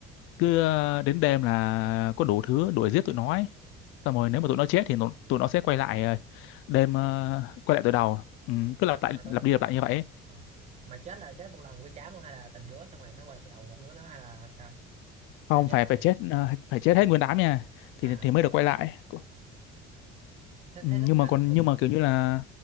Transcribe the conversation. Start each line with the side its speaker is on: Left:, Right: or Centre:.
Left: cứ ờ, đến đêm là có đủ thứ đuổi giết tụi nó ấy. xong rồi nếu mà tụi nó chết thì nó, tụi nó sẽ quay lại ờ, đêm ờ, quay lại từ đầu ừ,
Right: Ủa
Left: cứ
Right: mà
Left: lặp lại
Right: mà
Left: lặp
Right: tôi mà
Left: đi lặp lại như vậy ấy.
Right: ờ. mà chết là chết một lần nguyên đám luôn hay là từng đứa xong rồi nó quay lại từ đầu một đứa nó hay là sao?
Left: không
Right: Hay là chết
Left: phải
Right: lần
Left: phải
Right: liền?
Left: chết ờ, phải chết hết nguyên đám nha thì
Right: À,
Left: thì mới được quay lại ừ,
Right: thế
Left: nhưng
Right: thế lúc mà
Left: mà còn
Right: tôi
Left: nhưng mà kiểu như là